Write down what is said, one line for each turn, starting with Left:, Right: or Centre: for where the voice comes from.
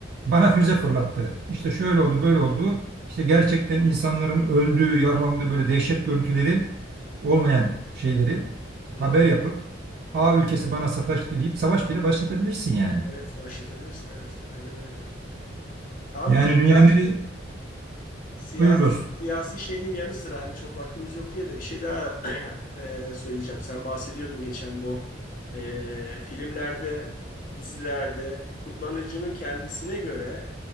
Right: bana füze fırlattı. İşte şöyle oldu, böyle oldu. İşte gerçekten insanların öldüğü, yaralandığı böyle dehşet görüntüleri olmayan şeyleri
Left: Hı
Right: haber
Left: hı.
Right: yapıp A ülkesi bana sataştı deyip savaş bile başlatabilirsin yani.
Left: Evet başlatabilirsin. Evet. Aynen öyle. Abi
Right: Yani
Left: bir şey
Right: dünyanın
Left: daha
Right: nereye-
Left: siyasi,
Right: buyur dostum.
Left: siyasi şeyinin yanı sıra hani çok vaktimiz yok diye de bir şey daha <clears throat> e, söyleyeceğim. Sen bahsediyordun geçen bu e, filmlerde, dizilerde kullanıcının kendisine göre